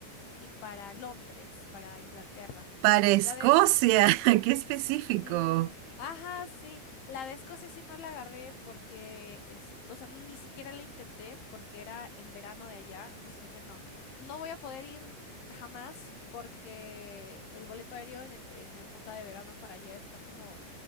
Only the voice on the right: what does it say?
Para Escocia,
<laughs> qué específico.